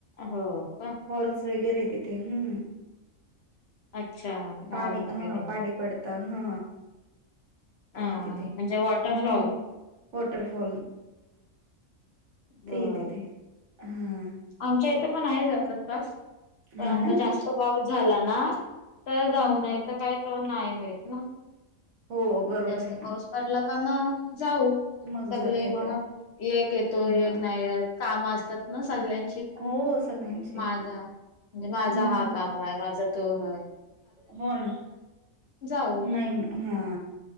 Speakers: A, on the left; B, on the right.
A: हो का?
B: फॉल्स वगैरे तिथे हम्म
A: अच्छा मॉल
B: पाणी
A: वगैरे
B: हा
A: आहे
B: पाणी
A: का?
B: पडत. हा ते
A: हा
B: तिथे
A: म्हणजे वॉटरफ्लॉवर
B: हम्म वॉटर फॉल
A: बर
B: ते आहे तिथे. ह
A: आमच्या इथे पण आहे ज जवळपास. पण
B: हां
A: आता
B: ना,
A: जास्त पाऊस झाला ना तर जाऊन
B: हां, हां.
A: तर काही त नाही होत ना
B: हो बरोबर
A: जास्त
B: आहे ना
A: पाऊस पडला. जाऊ
B: मग
A: सगळे
B: जाता येतं.
A: जण. म एक येतो.
B: हां,
A: एक
B: हां.
A: नाही येत. काम असतात ना सगळ्यां
B: हो सगळ्यांचे
A: माझा म्हणजे माझा
B: हम्म,
A: हा काम आहे. माझा तो आहे.
B: हो ना.
A: जाऊ
B: नाही न. हा